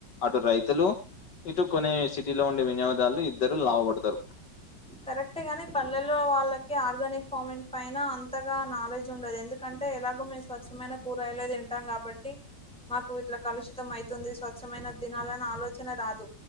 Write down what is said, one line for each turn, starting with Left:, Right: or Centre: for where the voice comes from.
Left: అటు రైతులు ఇటు కొనే సిటీలో ఉండే వినియోగదారులు ఇద్దరు లాభపడతారు
Centre: కరెక్టే గాని పల్లెల్లో వాళ్ళకి ఆర్గానిక్ ఫార్మింగ్ పైన అంతగా నాలెడ్జ్ ఉండదు ఎందుకం అంటే ఎలాగూ మేము స్వచ్ఛమైన కూరయలే తింటాం కాబట్టి మాకు ఇట్ల కలుషితం ఐతుంది స్వచ్ఛమైన దినాలన్న ఆలోచన రాదు